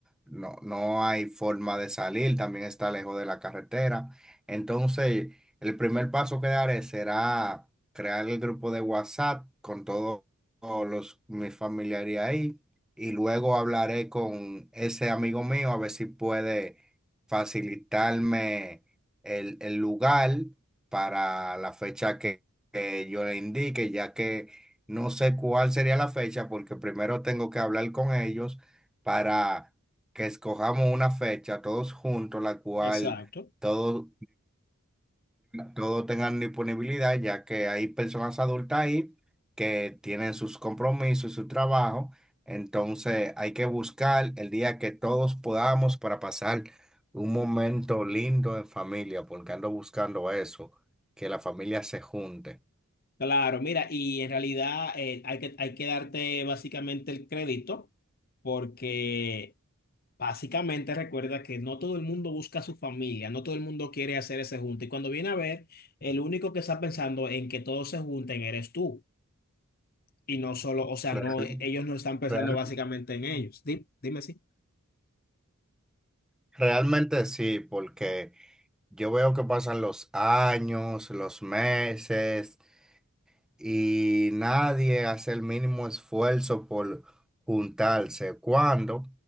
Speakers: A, in the centre; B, on the left (about 45°).
A: no, no hay forma de salir, también está lejos de la carretera. Entonces, el primer paso que daré será crear el grupo de WhatsApp con todo- todos los, mis familiares ahí y luego hablaré con ese amigo mío a ver si puede facilitarme el, el lugar para la fecha que, que yo le indique, ya que no sé cuál sería la fecha, porque primero tengo que hablar con ellos para que escojamos una fecha todos juntos, la cual
B: exacto.
A: todos todos tengan disponibilidad, ya que hay personas adultas ahí que tienen sus compromisos, su trabajo, entonces hay que buscar el día que todos podamos para pasar un momento lindo en familia, porque ando buscando eso, que la familia se junte.
B: Claro, mira, y en realidad eh, hay que, hay que darte básicamente el crédito porque básicamente recuerda que no todo el mundo busca a su familia, no todo el mundo quiere hacer ese junte. Y cuando viene a ver, el único que está pensando en que todos se junten eres tú. Y no solo, o sea,
A: Real-
B: no, ellos no están pensando
A: real-
B: básicamente en ellos. Di- Dime, si
A: realmente sí, porque yo veo que pasan los años, los meses. y nadie hace el mínimo esfuerzo por juntarse, cuando